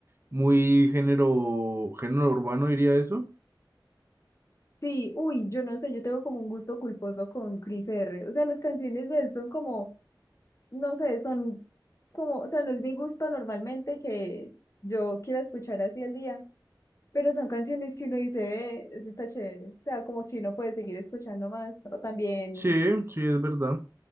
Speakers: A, on the right (about 30°); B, on the left (about 40°).
A: muy género, género urbano, diría eso.
B: Sí, uy, yo no sé, yo tengo como un gusto culposo con Chris R. O sea, las canciones de él son como, no sé, son como, o sea, no es mi gusto normalmente que yo quiera escuchar así al día, pero son canciones que uno dice, ve, eso está chévere. O sea, como que uno puede seguir escuchando más. O también,
A: Sí, sí, es verdad.